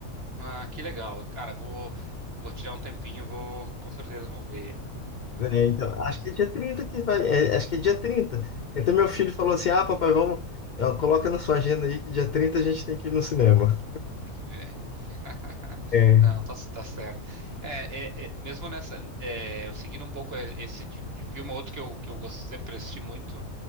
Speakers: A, on the right; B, on the left.
A: Ah, que legal. Cara, vou, vou tirar um tempinho, vou com certeza vou ver ele, porque
B: É,
A: realmente
B: então,
A: eu gosto.
B: acho que é dia 30 que vai. é, acho que é dia trinta Então meu filho falou assim: ah, papai, vamos. ó, Coloca na sua agenda aí que dia 30 a gente tem que ir no cinema.
A: Tem que ver. <laughs>
B: É.
A: Não, tá, tá certo. É, é, é, mesmo nessa, é, eu seguindo um pouco e- esse tipo de filme, outro que eu, que eu gosto, sempre assisti muito,